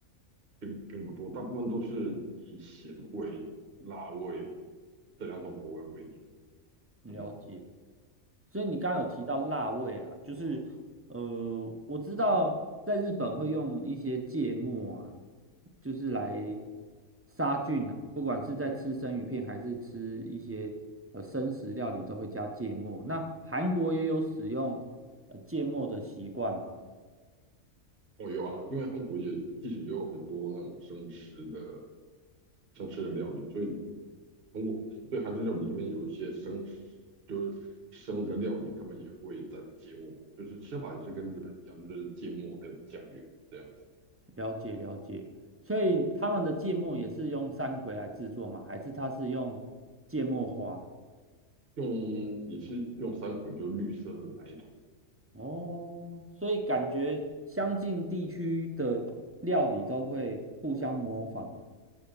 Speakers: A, on the right; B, on the right.
A: 并并不多，大部分都是以咸味、辣味这两种口味为主。
B: 了解。
A: 嗯，
B: 所以你刚刚有提到辣味啦，就是呃，我知道在日本会用一些芥末啊，就是来杀菌啊，不管是在吃生鱼片还是吃一些呃生食料理，都会加芥末。那韩国也有使用呃芥末的习惯吗？
A: 我有啊，因为韩国也其实也有很多那种生食的生吃的料理，所以。通过对韩式料理里面有一些生，就是生的料理，他们也会沾芥末，就是吃法也是跟日本一样，就是芥末还有酱油这样子，
B: 了解了解，所以他们的芥末也是用山葵来制作吗？还是它是用芥末花？
A: 用也是用三葵，就绿色的那一种
B: 哦，所以感觉相近地区的料理都会互相模仿啊，